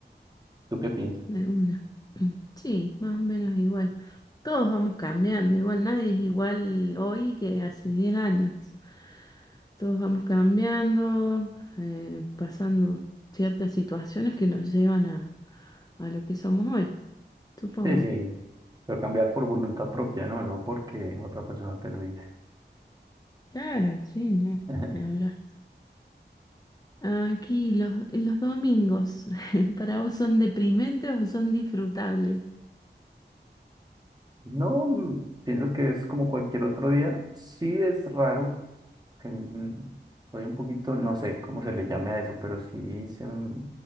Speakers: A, on the right; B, on the left.
A: ¿Tú qué piensas?
B: de una. Mm, Sí, más o menos igual. Todos vamos cambiando. Igual nadie es igual hoy que hace 10 años. Todos vamos cambiando, eh, pasando ciertas situaciones que nos llevan a a lo que somos hoy, supongo.
A: Sí, sí, pero cambiar por voluntad propia, no, no porque otra persona te lo dice.
B: Claro, sí, no,
A: <laughs>
B: ni hablar. Aquí los, los domingos, <laughs> ¿para vos son deprimentes o son disfrutables?
A: No, mm, pienso que es como cualquier otro día. Sí es raro que mm, soy un poquito, no sé cómo se le llame a eso, pero sí se, m-